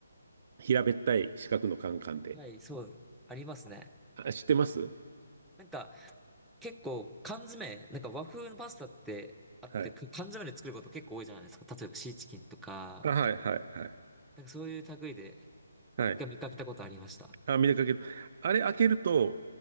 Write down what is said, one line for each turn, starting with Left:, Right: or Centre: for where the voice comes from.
Right: 平べったい四角のカンカンで。
Centre: はい、そう、ありますね。
Right: あ、知ってます
Centre: なんか、結構缶詰、なんか和風のパスタってあって、
Right: はい。
Centre: く缶詰で作ること結構多いじゃないですか。例えばシーチキンとか、
Right: あ、はい、はい、はい。
Centre: なんかそういう類で。
Right: はい
Centre: 一回見かけたことありました。
Right: あ、見れかけど、あれ開けると、